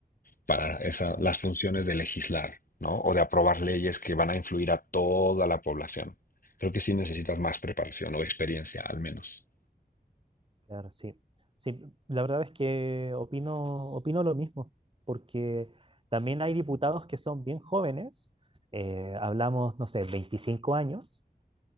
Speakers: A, on the left (about 60°); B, on the right (about 30°).
A: para esa,
B: Claro,
A: las funciones de legislar, ¿no? O de aprobar leyes que van a influir a toda la población. Creo que sí necesitas más preparación o experiencia al menos.
B: claro, sí. Sí, la verdad es que opino, opino lo mismo, porque también hay diputados que son bien jóvenes, eh, hablamos, no sé, 25 años,